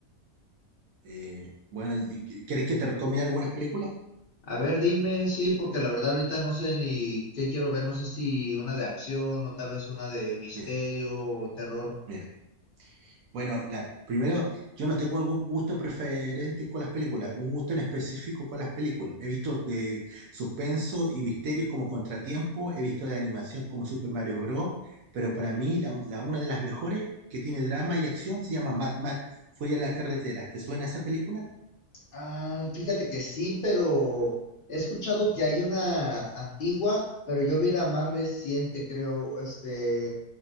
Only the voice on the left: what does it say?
A ver, dime, sí, porque la verdad ahorita no sé ni qué quiero ver. No sé si una de acción o tal vez una de misterio
o terror.
Ah, fíjate que sí, pero he escuchado que hay una antigua, pero yo vi la más reciente, creo, este,